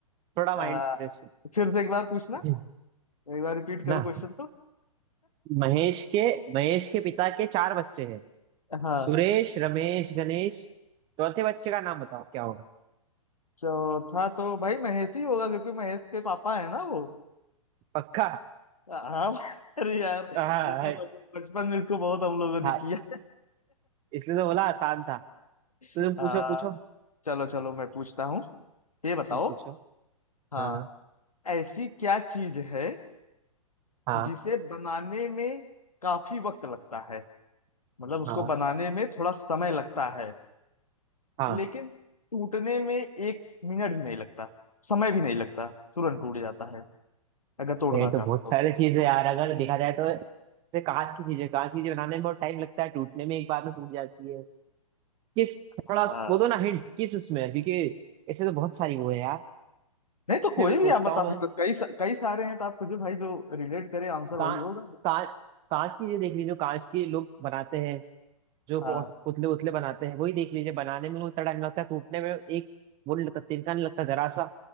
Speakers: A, on the right (about 30°); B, on the left (about 80°).
A: थोड़ा
B: आ,
A: माइंड फ्रेश
B: फिर से एक बार पूछना
A: <laughs>
B: एक बार रिपीट करो
A: ना
B: क्वेश्चन तो
A: महेश के महेश के पिता के चार बच्चे हैं
B: <laughs> हाँ
A: सुरेश रमेश गणेश चौथे बच्चे का नाम बताओ क्या होगा
B: चौथा तो भाई महेश ही होगा क्योंकि महेश के पापा है ना वो
A: पक्का
B: हाँ <laughs> अरे यार
A: हाँ
B: ये तो
A: हाँ
B: बच- बचपन में इसको बहुत हम लोगों ने
A: हाँ,
B: किया
A: इसलिए तो बोला आसान था तो
B: हाँ
A: तुम पूछो पूछो
B: चलो चलो मैं पूछता हूँ ये बताओ
A: तुम पूछो
B: हाँ
A: हाँ
B: ऐसी क्या चीज है
A: हाँ
B: जिसे बनाने में काफी वक्त लगता है मतलब उसको
A: हाँ
B: बनाने में थोड़ा समय लगता है
A: हाँ
B: लेकिन टूटने में एक मिनट भी नहीं लगता समय भी नहीं लगता तुरंत टूट जाता है अगर तोड़ना
A: ये
B: चाहो
A: तो बहुत
B: तो
A: सारी चीजें यार अगर देखा जाए तो जैसे कांच की चीजें कांच की चीजें बनाने में बहुत टाइम लगता है टूटने में एक बार में टूट जाती है किस थोड़ा
B: हाँ।
A: वो दो ना हिंट किस उसमें है? क्योंकि ऐसे तो बहुत सारी वो है यार
B: नहीं तो कोई
A: फिर भी सोचता
B: भी आप बता
A: हूँ
B: दो
A: मैं
B: तो कई सा, कई सारे हैं तो आपको जो भाई जो रिलेट करे आंसर
A: कांच
B: वही होगा
A: कांच कांच की चीजें देख लीजिए जो कांच के लोग बनाते हैं जो पोत-
B: हाँ
A: पुतले उतले बनाते हैं वही देख लीजिए बनाने में उतना टाइम लगता है टूटने में एक वो नहीं लगता तिनका नहीं लगता जरा सा